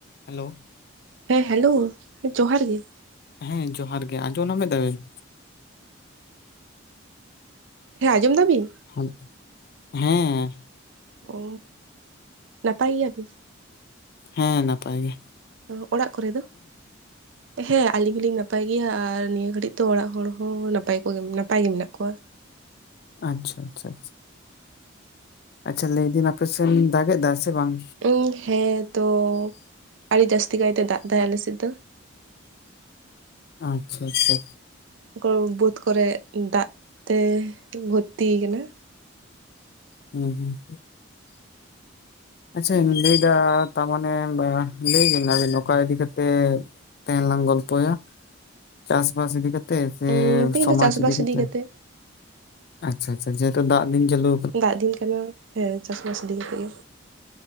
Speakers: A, on the left (about 50°); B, on the right (about 70°).
A: Hello
B: ᱦᱮᱸ hello ᱡᱚᱦᱟᱨ ᱜᱮ
A: ᱦᱮᱸ ᱡᱚᱦᱟᱨ ᱜᱮ ᱟᱸᱡᱚ ᱱᱟ ᱫᱟ ᱵᱤᱱ
B: ᱦᱮᱸ ᱟᱸᱡᱚᱢ ᱫᱟ ᱵᱤᱱ
A: ᱦᱳᱭ ᱠᱟᱱᱟ ᱦᱩᱸ
B: ᱳ ᱱᱟᱯᱟᱭ ᱜᱤᱭᱟ ᱵᱤᱱ
A: ᱦᱮᱸ ᱱᱟᱯᱟᱭ ᱜᱮ
B: ᱚ ᱚᱲᱟᱜ ᱠᱚᱨᱮ ᱫᱚ ᱦᱮᱸ ᱟᱹᱞᱤᱧ ᱦᱚᱞᱤᱧ ᱱᱟᱯᱟᱭ ᱜᱮᱭᱟ ᱟᱨ ᱱᱤᱭᱟᱹ ᱜᱷᱟᱹᱲᱤᱡ ᱛᱚ ᱚᱲᱟᱜ ᱦᱚᱲ ᱦᱚᱸ ᱱᱟᱯᱟᱭ ᱠᱚᱜᱮ ᱱᱟᱯᱟᱭ ᱜᱮ ᱢᱮᱱᱟᱜ ᱠᱚᱣᱟ
A: ᱟᱪᱪᱷᱟ ᱟᱪᱷᱟ ᱟᱪᱷᱟ ᱟᱪᱪᱷᱟ ᱞᱟᱹᱭ ᱵᱤᱱ ᱟᱯᱮᱥᱮᱱ ᱫᱟᱜ ᱮ ᱫᱟ ᱥᱮ ᱵᱟᱝ
B: ᱤᱧ ᱦᱮᱸ ᱛᱚ ᱟᱹᱰᱤ ᱡᱟᱹᱥᱛᱤ ᱠᱟᱭᱛᱮ ᱫᱟᱜ ᱫᱟᱭ ᱟᱞᱮᱥᱮᱫ ᱫᱚ
A: ᱟᱪᱪᱷᱟ ᱟᱪᱪᱷᱟ ᱟᱪᱪᱷᱟ
B: ᱠᱚ ᱵᱟᱹᱫᱽ ᱠᱚᱨᱮ ᱫᱟᱜ ᱛᱮ ᱵᱷᱚᱨᱛᱤ ᱠᱟᱱᱟ
A: ᱦᱩᱸ ᱦᱩᱸ ᱟᱪᱪᱷᱟᱧ ᱞᱟᱹᱭᱫᱟ ᱛᱟᱢᱟᱱᱮ ᱞᱟᱹᱭ ᱵᱮᱱ ᱟᱹᱵᱮᱱ ᱚᱠᱟ ᱤᱫᱤ ᱠᱟᱛᱮᱫ ᱛᱮᱦᱮᱱ ᱞᱟᱝ ᱜᱚᱞᱯᱚᱭᱟ ᱪᱟᱥ ᱵᱟᱥ ᱤᱫᱤ ᱠᱟᱛ ᱛᱮ ᱥᱮ
B: ᱩᱸ ᱛᱮᱦᱮᱧ
A: ᱥᱚᱢᱟᱡ
B: ᱫᱚ ᱪᱟᱥᱵᱟᱥ
A: ᱤᱫᱤ ᱠᱟᱛᱮ
B: ᱠᱟᱛᱮᱜ
A: ᱟᱪᱪᱷᱟ ᱟᱪᱪᱷᱟ ᱡᱮᱦᱮᱛᱩ ᱫᱟᱜ ᱫᱤᱱ ᱪᱟᱞᱩ
B: ᱫᱟᱜ ᱫᱤᱱ ᱠᱟᱱᱟ ᱦᱮᱸ ᱪᱟᱥ ᱵᱟᱥ ᱤᱫᱤ ᱠᱟᱛᱮᱜ ᱜᱮ